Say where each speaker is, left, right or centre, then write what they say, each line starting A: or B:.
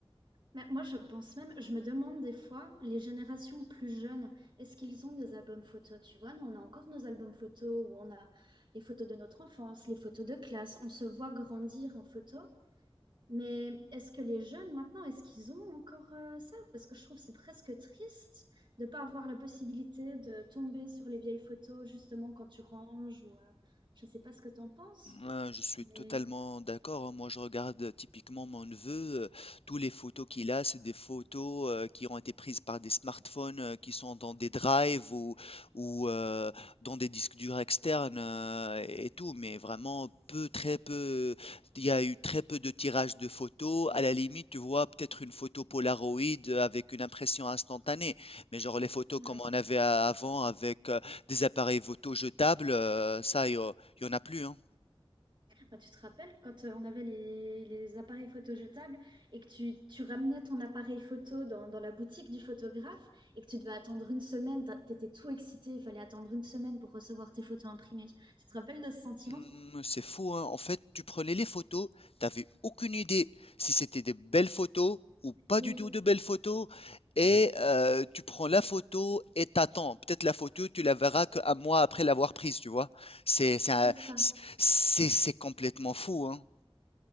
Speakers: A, on the right; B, on the left.
A: Mais moi, je pense même, je me demande des fois, les générations plus jeunes, est-ce qu'ils ont des albums photos? Tu vois, nous, on a encore nos albums photos où on a les photos de notre enfance, les photos de classe, on se voit grandir en photo. Mais est-ce que les jeunes maintenant, est-ce qu'ils ont encore euh, ça? Parce que je trouve que c'est presque triste de ne pas avoir la possibilité de tomber sur les vieilles photos justement quand tu ranges ou euh, je ne sais pas ce que tu en penses.
B: Euh, je suis
A: Mais
B: totalement d'accord. hein. Moi, je regarde euh, typiquement mon neveu. euh, tous les photos qu'il a, c'est des photos euh, qui ont été prises par des smartphones euh, qui sont dans des drives ou, ou euh, dans des disques durs externes euh, et tout. Mais vraiment peu, très peu. Il y a eu très peu de tirages de photos. À la limite, tu vois peut-être une photo Polaroid avec une impression instantanée. Mais genre les photos
A: ouais.
B: comme on avait euh, avant avec euh, des appareils photo jetables, euh, ça, il y, a- il y en a plus, hein.
A: Bah, tu te rappelles quand euh, on avait les, les appareils photo jetables et que tu, tu ramenais ton appareil photo dans, dans la boutique du photographe et que tu devais attendre une semaine, t'a- t'étais tout excité, il fallait attendre une semaine pour recevoir tes photos imprimées. Tu te rappelles de ce sentiment?
B: Hmm, c'est fou, hein. En fait, tu prenais les photos, t'avais aucune idée si c'était des belles photos ou pas
A: Oui,
B: du tout de belles photos, et euh, tu prends la photo et t'attends. Peut-être la photo, tu la verras qu'un mois après l'avoir prise, tu vois. C'est c'est un-
A: c'est ça.
B: c'est- c'est- c'est complètement fou, hein.